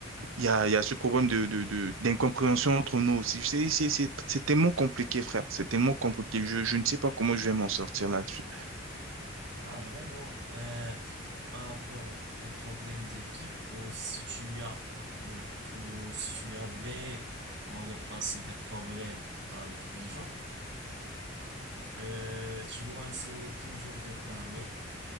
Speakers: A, on the right; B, on the right.
A: il y a, il y a ce problème de, de, de- d'incompréhension entre nous aussi. C'est, c'est, c'est, c'est tellement compliqué, frère. C'est tellement compliqué. Je, je ne sais pas comment je vais m'en sortir là-dessus.
B: Ah, vraiment, euh, rapport les problèmes d'équipe ou si tu as hmm, ou si tu avais dans le passé des problèmes avec des gens, euh, tu dois essayer toujours de parler